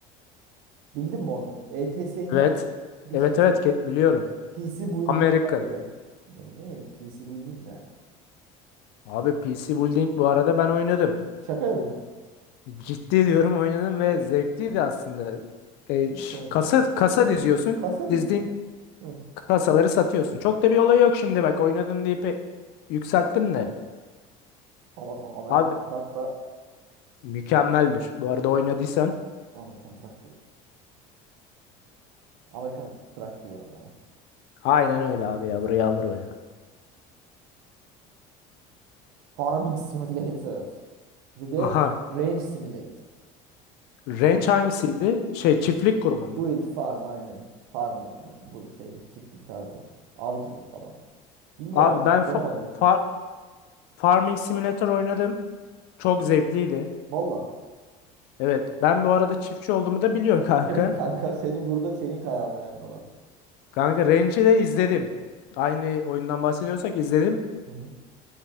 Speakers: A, on the right; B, on the left.
A: Bildin mi onu? ETS'nin
B: Evet.
A: bir
B: Evet
A: şeyi.
B: evet ke- biliyorum.
A: PC Building
B: Amerika'da.
A: var bir de. Ulan Ne PC Building ne?
B: Abi PC Building bu arada ben oynadım.
A: Şaka yapıyorum.
B: Ciddi diyorum oynadım ve zevkliydi aslında. E,
A: Hiç
B: ş-
A: oynamadım.
B: kasa kasa diziyorsun.
A: Kasa dizi.
B: Dizdiğin
A: Hı.
B: kasaları satıyorsun. Çok da bir olay yok şimdi bak oynadım deyip e, yükselttim de.
A: Ama kanka Amerikan
B: Abi
A: Truck da
B: mükemmeldir. Bu arada oynadıysan.
A: Amerikan Truck değil. Amerikan Truck diyorum ya.
B: Aynen öyle abi ya. buraya alır o ya.
A: Farming Simulator. Bir de
B: Aha.
A: Range Simulator.
B: Range
A: E,
B: hangisiydi? Şey çiftlik kurumu
A: Build farm aynen. Farm Farmıyorum aynen. Bu şey çiftlik tarzı. Avcılık falan. Bilmiyorum
B: Abi
A: ama
B: ben fa-
A: oynamadım hiç.
B: fa- Farming Simulator oynadım. Çok zevkliydi.
A: Valla. <laughs>
B: Evet, ben bu arada çiftçi olduğumu da biliyorsun <laughs> kanka.
A: Evet kanka senin burada senin kararın önemli olan.
B: Kanka Ranch'i de izledim. Aynı oyundan bahsediyorsak izledim.
A: Hı hı.